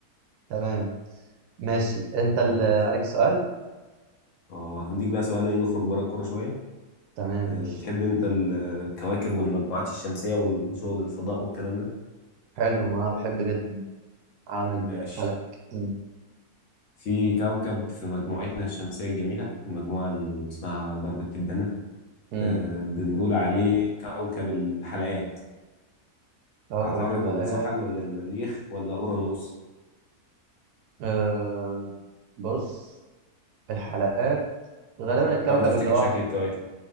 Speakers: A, on the right; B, on the left.
A: تمام ماشي انت اللي
B: ماشي
A: عليك السؤال
B: اه هنديك بقى سؤال ايه نخرج بره الكوره شويه
A: تمام
B: آه،
A: ماشي
B: بتحب انت ال- الكواكب والمجموعات الشمسيه والشغل الفضاء والكلام ده
A: حلو انا بحب جدا عالم الفلك
B: ماشي
A: مم.
B: في كوكب في مجموعتنا الشمسيه الجميله المجموعه اللي اسمها درب التبانه
A: مم.
B: آه، بنقول عليه كوكب الحلقات
A: كوكب
B: عطارد
A: الحلقات
B: ولا زحل ولا المريخ ولا اورانوس
A: أه بص الحلقات غالبا الكوكب
B: حاول تفتكر
A: اللي هو
B: شكل الكواكب